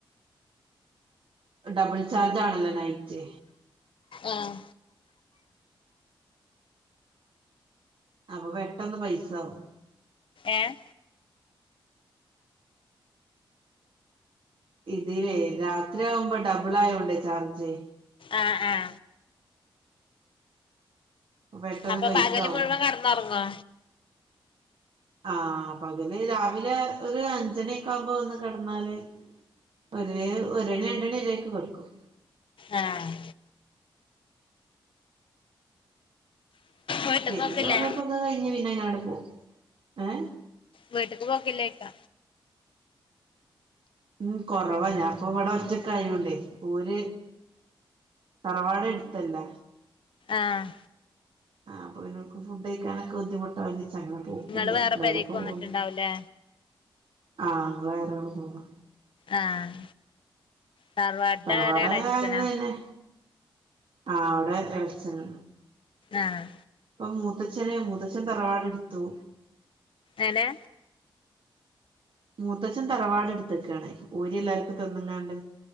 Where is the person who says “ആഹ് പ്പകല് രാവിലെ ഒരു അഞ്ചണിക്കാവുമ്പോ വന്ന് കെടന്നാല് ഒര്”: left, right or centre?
Right